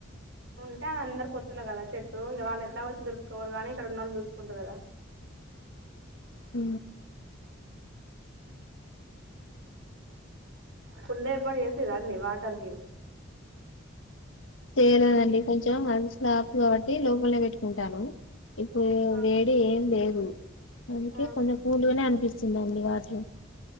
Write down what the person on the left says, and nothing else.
అ
చేయలేదండి కొంచెం మనసుక్ కాబట్టి లోపలనే పెట్టుకుంటాను ఇప్పుడు
వేరే ఏం లేదు ఉ అందుకే
కొంచెం కూలుగానే అనిపిస్తుింది అండి వాట్లు